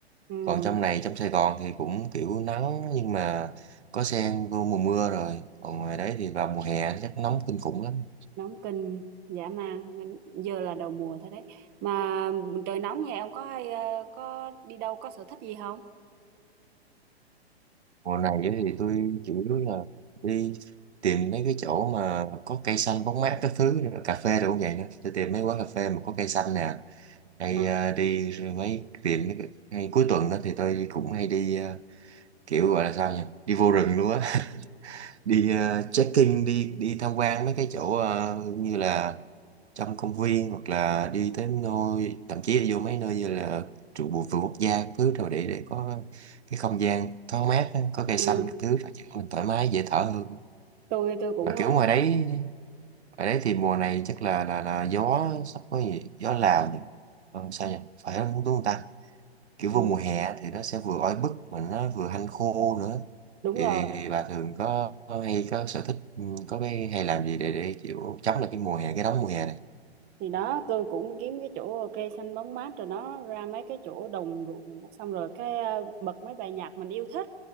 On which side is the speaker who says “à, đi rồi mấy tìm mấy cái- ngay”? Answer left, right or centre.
Right